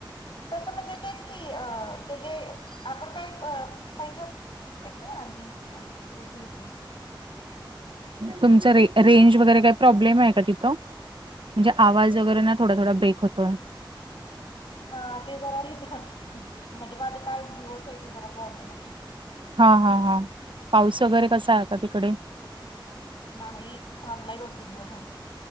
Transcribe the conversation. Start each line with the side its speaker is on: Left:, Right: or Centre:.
Left: तसं म्हणजे तेच की ते जे आपण काय अ पैसे आणि ते.
Right: तुमचं रे रेंज वगैरे काही प्रॉब्लेम आहे का तिथं. म्हणजे आवाज वगैरे ना थोड थोडा ब्रेक होतोय.
Left: हा ते जरा इथं आहे. म्हणजे माझे कार्ड माझं जिओच आहे ते जरा प्रॉब्लेमच आहे.
Right: हा हा हा पाऊस वगैरे कसा आहे का तिकडे.
Left: नाही थांबलाय दोन तीन दिवसां